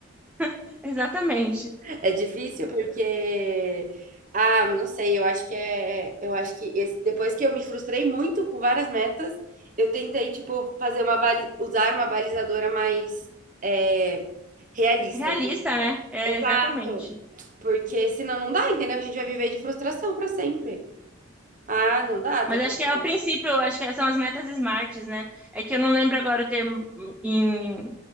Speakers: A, in the centre; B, on the right.
A: <laughs> Exatamente.
B: É difícil porque ah, não sei, eu acho que é, eu acho que esse- depois que eu me frustrei muito com várias metas, eu tentei tipo fazer uma bali- usar uma balizadora mais é, realista,
A: Realista,
B: eu diria.
A: né? É,
B: Exato.
A: exatamente.
B: Porque senão não dá, entendeu? A gente vai viver de frustração pra sempre. Ah, não dá, tá
A: Mas acho
B: condição.
A: que é o princípio, acho que são as metas smarts, né? É que eu não lembro agora o termo em,